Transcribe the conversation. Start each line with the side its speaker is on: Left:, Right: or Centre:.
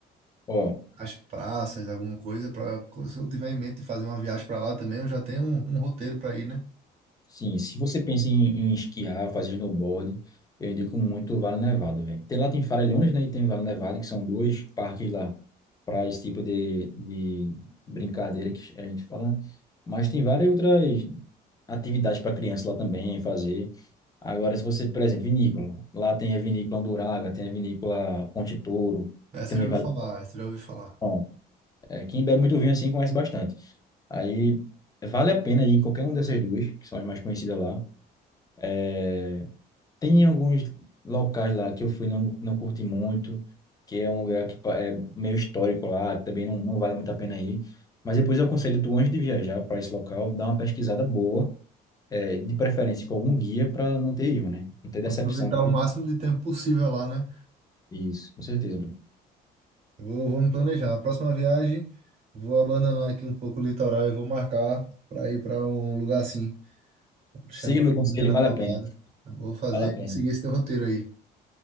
Left: Ó,
Right: as praças, alguma coisa, para se eu tiver em mente de fazer uma viagem para lá também, eu já tenho um, um roteiro para ir, né?
Left: Sim, se você pensa em, em esquiar, fazer snowboard, eu indico muito o Vale Nevado, velho. Tem lá tem Farellones, né, e tem Vale Nevado, que são dois parques lá para esse tipo de, de brincadeira que a gente fala. né? Mas tem várias outras atividades para criança lá também fazer. Agora, se você, por exemplo, vinícola, lá tem a vinícola Anduraga, tem a vinícola Ponte Touro,
Right: Essa
Left: também
Right: eu já ouvi
Left: vale.
Right: falar, essa eu já ouvi falar.
Left: Bom, é, quem bebe muito vinho assim conhece bastante. Aí vale a pena ir em qualquer uma dessas duas, que são as mais conhecidas lá. É, Tem alguns locais lá que eu fui não não curti muito, que é um lugar que pa- é meio histórico lá, também não, não vale muito a pena ir. Mas depois eu aconselho tu antes de viajar para esse local, dar uma pesquisada boa, é, de preferência com algum guia para não ter erro, né? Não ter decepção.
Right: Aproveitar o máximo de tempo possível lá, né?
Left: Isso, com certeza. Bruno.
Right: Eu Vou, vou me planejar. A próxima viagem, vou abandonar aqui um pouco o litoral e vou marcar para ir para um lugar assim,
Left: Siga
Right: chamar a
Left: meu conselho,
Right: minha namorada.
Left: vale a pena.
Right: Eu Vou fazer,
Left: Vale a pena.
Right: vou seguir esse teu roteiro aí.